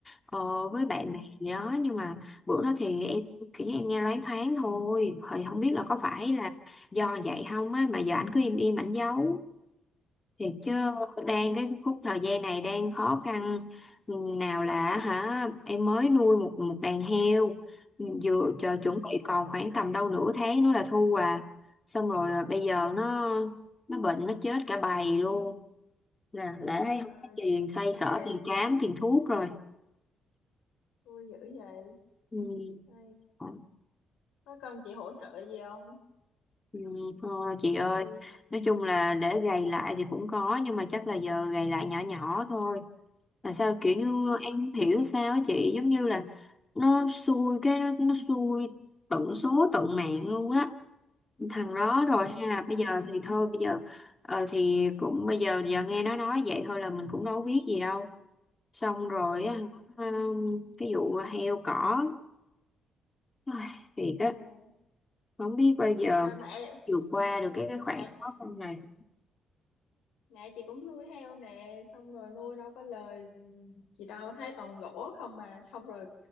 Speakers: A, on the left; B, on the left.
A: ờ, với bạn
B: Ừ.
A: bè gì đó nhưng mà bữa đó thì
B: Ừ.
A: em kiểu như em nghe loáng thoáng thôi thì không biết là có phải
B: Ừ.
A: là do vậy không á mà giờ ảnh cứ im im ảnh giấu Thiệt chứ
B: Ừ.
A: đang cái khúc thời gian này đang khó khăn Ừ, nào là hả em mới nuôi một một đàn heo ừ, vừa chờ
B: ừ
A: chuẩn bị còn khoảng tầm đâu nửa tháng nữa là thu à xong rồi à, bây giờ nó nó bệnh nó chết cả bầy luôn nè đã
B: Trời
A: thấy không
B: ơi.
A: có tiền xoay
B: Như
A: sở
B: vậy.
A: tiền cám tiền thuốc rồi
B: vui dữ vậy
A: ừ.
B: Ê,
A: Ờ,
B: có cần chị hỗ trợ gì không
A: Ừ. Thôi chị ơi
B: Ê, chị
A: nói chung là để gầy lại thì cũng có nhưng mà chắc là giờ gầy lại nhỏ nhỏ thôi Mà sao kiểu như
B: Ừ.
A: em không hiểu sao á chị giống như là nó xui cái nó, nó xui tận số tận mạng luôn á thằng đó rồi
B: ờ,
A: hay
B: chị
A: là
B: cũng
A: bây giờ
B: bị
A: thì thôi bây giờ ờ, thì cũng bây giờ giờ nghe nó nói vậy thôi là mình cũng đâu biết gì đâu xong rồi
B: Ừ.
A: á um, cái vụ heo cỏ Ai, thiệt á
B: Ê,
A: không biết bao giờ
B: à, mẹ
A: vượt qua được cái cái khoảng
B: mẹ
A: khó khăn này
B: mẹ chị cũng nuôi heo nè xong rồi nuôi đâu có lời chị đâu thấy toàn lỗ không mà xong rồi